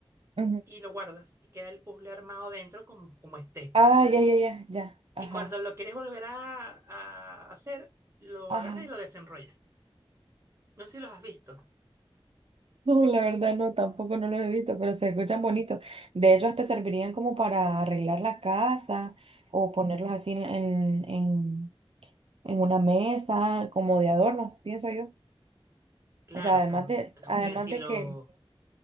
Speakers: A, on the right; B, on the right.
A: Ujú.
B: y lo guardas y queda el puzzle armado dentro como, como esté.
A: Ah, ya, ya, ya, ya. Ajá.
B: Y cuando lo quieres volver a, a hacer, lo
A: Ajá.
B: agarras y lo
A: <laughs>
B: desenrollas. No sé si los has visto.
A: No, la verdad no, tampoco no lo he visto, pero se escuchan bonitos. De hecho, hasta servirían como para arreglar la casa o ponerlos así en, en, en, en una mesa, como de adorno, pienso yo.
B: Claro,
A: O sea, además
B: tam-
A: de,
B: también
A: además
B: si
A: de
B: lo,
A: que,